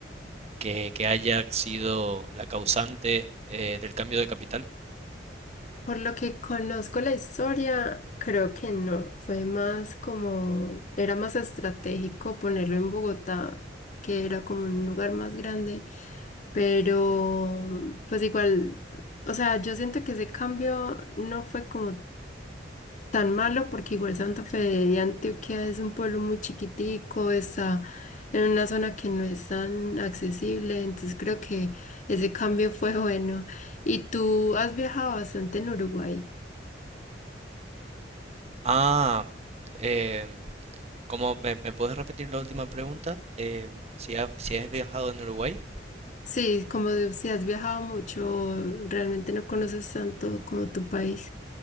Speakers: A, on the right (about 35°); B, on the left (about 40°).
A: que, que haya sido la causante eh, del cambio de capital?
B: Por lo que conozco la historia, creo que no, fue más como, era más estratégico ponerlo en Bogotá, que era como un lugar más grande, pero pues igual, o sea, yo siento que ese cambio no fue como tan malo porque igual Santa Fe de Antioquia es un pueblo muy chiquitico, está en una zona que no es tan accesible, entonces creo que ese cambio fue bueno. ¿Y tú has viajado bastante en Uruguay?
A: Ah, eh, ¿cómo me, me puedes repetir la última pregunta? Eh, si, ha- si has viajado en Uruguay.
B: Sí, como de- si has viajado mucho, realmente no conoces tanto como tu país.